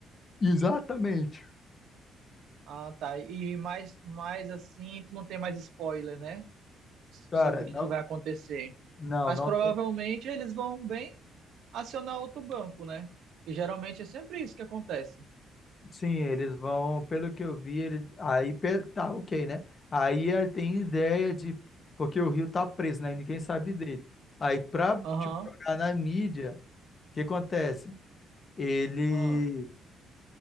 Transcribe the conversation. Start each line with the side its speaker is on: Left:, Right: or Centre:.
Left: exatamente.
Right: Ah, tá. E mais, mais assim, tu não tem mais spoiler, né? Sobre
Left: Cara,
Right: o
Left: não,
Right: que, que vai acontecer.
Left: não,
Right: Mas
Left: não
Right: provavelmente
Left: tem.
Right: eles vão bem acionar outro banco, né? E geralmente é sempre isso que acontece.
Left: Sim, eles vão, pelo que eu vi, eles, aí pe- tá ok, né? Aí ele tem ideia de, porque o Rio tá preso, né? Ninguém sabe dele. Aí pra,
Right: Aham.
Left: tipo, jogar na mídia, o que acontece? Eles,
Right: aham.